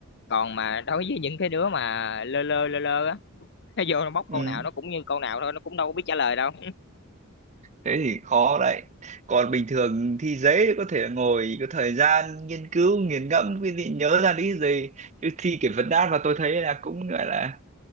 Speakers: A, on the left (about 55°); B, on the right (about 30°).
A: còn mà đối với những cái đứa mà lơ lơ lơ lơ á <laughs> nó vô nó bóc
B: ừ
A: câu nào nó cũng như câu nào thôi nó cũng đâu có biết trả lời đâu
B: thế thì khó đấy còn bình thường thi giấy thì có thể là ngồi có thời gian nghiên cứu nghiền ngẫm quý vị nhớ ra lý gì chứ thi kiểu vấn đáp mà tôi thấy là cũng gọi là